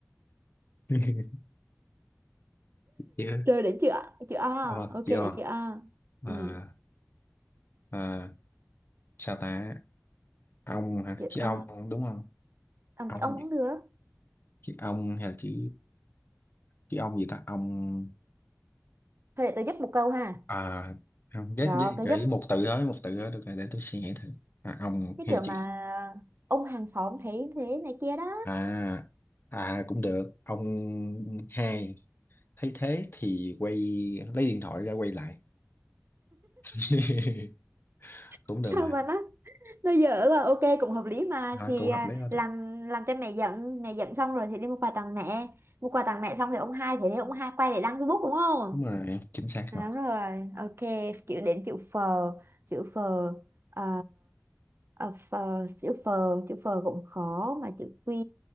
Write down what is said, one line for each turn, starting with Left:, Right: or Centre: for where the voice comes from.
Left: <laughs> Chị ơi,
Right: Rồi đến chữ A, chữ A,
Left: Ờ,
Right: ok
Left: chị
Right: đến
Left: O
Right: chữ A.
Left: à,
Right: Ừ.
Left: à, sao ta ông hả
Right: Chị-
Left: chị
Right: ờ,
Left: ông đúng không
Right: ông
Left: ông
Right: ông cũng được
Left: chị ông hay là chị chị ông gì ta ông
Right: thôi để tôi giúp một câu ha
Left: à không ghét
Right: rồi
Left: với
Right: cái
Left: gợi
Right: giúp
Left: ý một từ đó một từ đó được rồi để tôi suy nghĩ thử à, ông
Right: cái
Left: hay
Right: kiểu mà
Left: chị
Right: ông hàng xóm thấy thế này kia đó
Left: à à cũng được ông hai thấy thế thì quay lấy điện thoại ra quay lại <laughs>
Right: <laughs>
Left: cũng
Right: sao
Left: được mà
Right: mà nó nó dở là ok cũng hợp lý mà
Left: thôi
Right: thì
Left: cũng hợp
Right: à,
Left: lý đó được
Right: làm làm cho mẹ giận mẹ giận xong rồi thì đi mua quà tặng mẹ mua quà tặng mẹ xong thì ông hai thì để ông hai quay để đăng Facebook đúng không
Left: đúng rồi chính xác
Right: À,
Left: rồi
Right: đúng rồi ok chữ đến chữ phờ chữ phờ ờ, ờ, phờ chữ phờ chữ phờ cũng khó mà chữ quy